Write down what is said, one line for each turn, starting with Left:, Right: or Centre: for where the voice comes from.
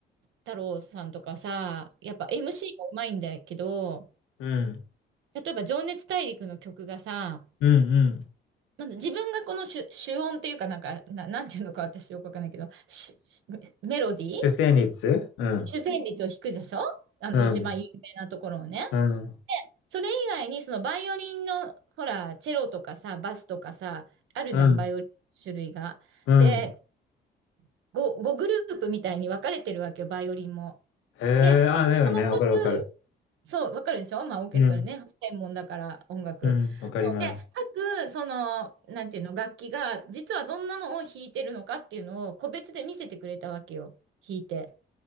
Right: 太郎さんとかさ、やっぱ MC もうまいんだけど、
Left: うん、
Right: 例えば情熱大陸の曲がさ、
Left: うん、うん。
Right: まず自分がこの主、主音っていうかなんか、な、なんていうのか私よくわかんないけど、しメロディー
Left: 出生率うん、
Right: 主旋律を弾くでしょあの一番有名なところをね。
Left: うん、うん、
Right: それ以外にそのバイオリンのほら、チェロとかさ、バスとかさ、あるじゃん、
Left: うん、
Right: バイオリンの種類が。
Left: うん。
Right: で、5、ごグループみたいに分かれてるわけよ、バイオリンも。
Left: へえ、
Right: で、
Left: あ、だよね。
Right: この各
Left: わかるわかる。
Right: そう、わかるでしょまあ、オーケストラね、
Left: うん、
Right: 専門だから音楽。
Left: うん、わかります。
Right: そうで、各、その、なんていうの、楽器が、実はどんなのを弾いてるのかっていうのを、個別で見せてくれたわけよ、弾いて。